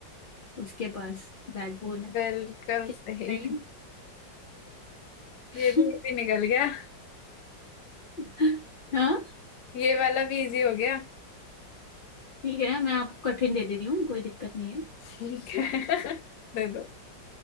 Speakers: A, on the left; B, on the left.
A: उसके पास बैकबोन
B: बिल्कुल
A: है क्या
B: सही
A: सही है?
B: ये भी इजी निकल गया
A: <laughs> हाँ
B: ये वाला भी इजी हो गया
A: ठीक है मैं आपको कठिन दे दे रही हूँ कोई दिक्कत नहीं
B: ठीक है <laughs> दे दो